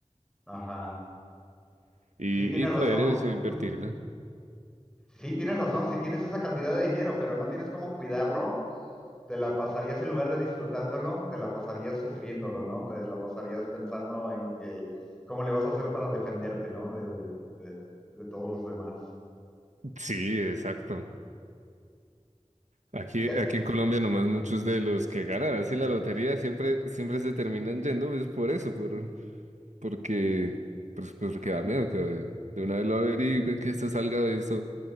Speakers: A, in the centre; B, on the right (about 75°).
A: ajá.
B: <laughs> y,
A: Sí, tienes
B: y
A: razón.
B: poder eso, invertirla.
A: <laughs> Sí, tienes razón. Si tienes esa cantidad de dinero, pero no tienes cómo cuidarlo, Te la pasarías en lugar de disfrutándolo, te la pasarías sufriéndolo, ¿no? Te la pasarías pensando en que cómo le vas a hacer para defenderte, ¿no? De, de- de todos los demás.
B: Sí, exacto. Aquí,
A: Y,
B: aquí en Colombia nomás muchos de los que ganan así la lotería siempre, siempre se terminan yendo, pues por eso, por, porque, pues, porque da miedo que de una vez lo averigüen, que esto salga de eso